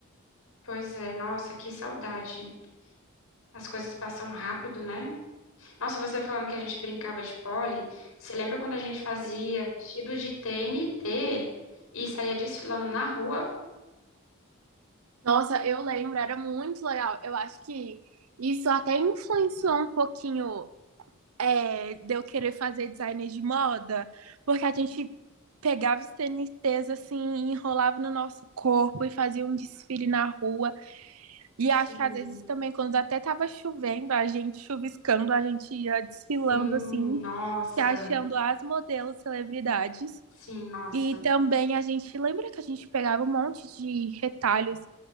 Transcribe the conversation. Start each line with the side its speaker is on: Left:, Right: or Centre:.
Left: Pois é, nossa, que saudade. As coisas passam rápido, né? Nossa, você falando que a gente brincava de pole, você lembra quando a gente fazia vestido de TNT e saía desfilando na rua?
Right: Nossa, eu lembro, era muito legal. Eu acho que isso até influenciou um pouquinho é, de eu querer fazer design de moda, porque a gente pegava os TNTs assim, enrolava no nosso corpo e fazia um desfile na rua. E
Left: Sim,
Right: acho que às vezes também, quando até tava chovendo, a gente chuviscando, a gente ia desfilando
Left: sim,
Right: assim,
Left: nossa,
Right: se achando as modelos celebridades.
Left: sim, nossa.
Right: E também a gente lembra que a gente pegava um monte de retalhos